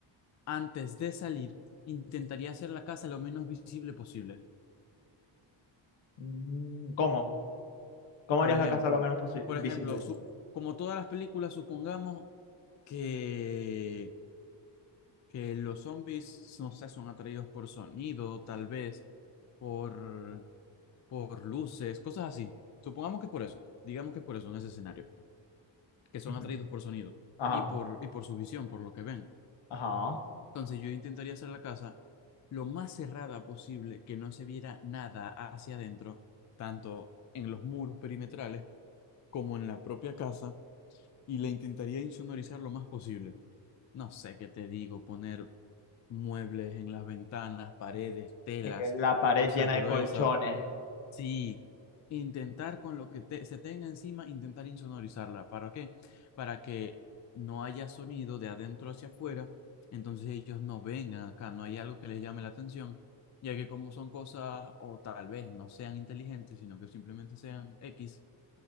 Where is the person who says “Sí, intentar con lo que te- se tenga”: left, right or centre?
Left